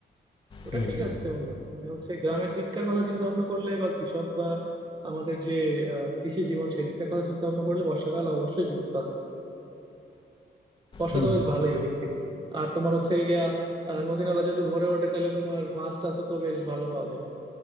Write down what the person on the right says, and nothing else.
ওটা
ঠিক
আছে বন্ধু মানে হচ্ছে গ্রামের দিককার কথা চিন্তা ভাবনা করলে বা কৃষক বা আমাদের যে আহ, কৃষি জীবন সেদিককার কথা চিন্তা ভাবনা করলে বর্ষাকাল অবশ্যই গুরুত্ব আছে বর্ষা
তো বেশ ভালোই ওই দিক থেকে আর তোমার হচ্ছে গিয়া আহ, নদী নালা যেহেতু ভরে ওঠে তাহলে তোমার মাছ টাছও তো বেশ ভালো পাওয়া যায়